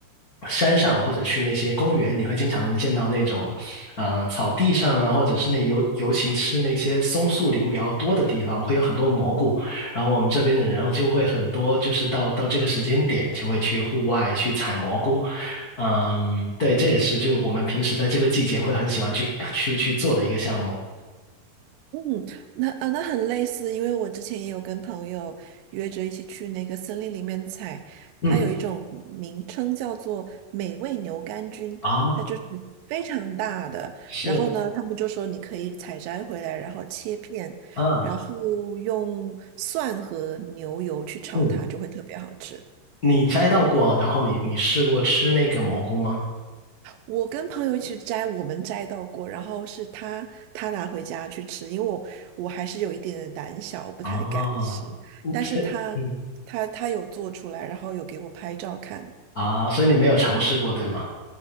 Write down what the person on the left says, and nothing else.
山上或者去那些公园，你会经常见到那种呃草地上啊，或者是那尤尤其是那些松树林比较多的地方，会有很多蘑菇。然后我们这边的人就会很多，就是到到这个时间点就会去户外去采蘑菇。嗯，对，这也是就我们平时在这个季节会很喜欢去去去做的一个项目。
嗯，
啊，
是
啊，
嗯。
你摘到过，然后你你试过吃那个蘑菇吗？
哦，嗯所以嗯
啊，所以你没有尝试过，对吗？